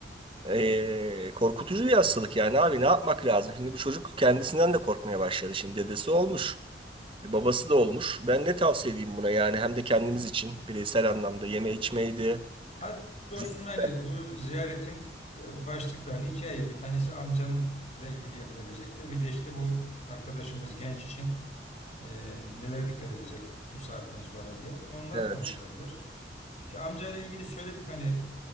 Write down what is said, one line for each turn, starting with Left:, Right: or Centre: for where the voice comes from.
Right: eee, korkutucu bir hastalık yani abi ne yapmak lazım? Şimdi bu çocuk kendisinden de korkmaya başladı. Şimdi dedesi olmuş, e, babası da olmuş. Ben ne tavsiye edeyim buna yani hem de kendimiz için bireysel anlamda yeme içmeydi.
Left: Hadi dostum
Right: zihinsel
Left: yani bu ziyaretin e, başlıklarını ikiye ayır. Bir tanesi amcanınla ilgili yapılabilecekler. Bir de işte bu arkadaşımız genç için e, nelere dikkat edecek bu saatten sonra diye. Onlar
Right: Evet,
Left: konuşulabilir. Ki amcayla ilgili söyledik hani